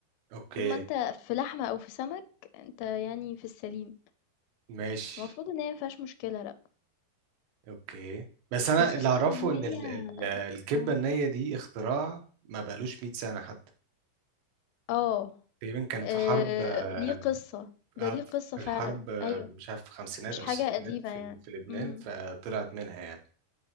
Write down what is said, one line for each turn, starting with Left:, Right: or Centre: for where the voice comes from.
Right: أوكي
Left: طول ما أنت في لحمة أو في سمك أنت يعني في السليم،
Right: ماشي
Left: المفروض إن هي ما فيهاش مشكلة لأ،
Right: أوكي بس
Left: خصوصًا
Right: أنا اللي أعرفه
Left: إن هي
Right: إن ال... ال... الكبة
Left: آه،
Right: النية دي اختراع ما بقالوش 100 سنة حتى
Left: آه،
Right: تقريبا كان
Left: آآ
Right: في حرب آه
Left: ليه قصة، ده
Right: آه،
Left: ليه قصة
Right: في
Left: فعلًا،
Right: الحرب آه،
Left: أيوه،
Right: مش عارف في الخمسينات
Left: مش
Right: أو
Left: حاجة
Right: الستينات
Left: قديمة
Right: في,
Left: يعني،
Right: ال... في لبنان
Left: إمم،
Right: فطلعت منها يعني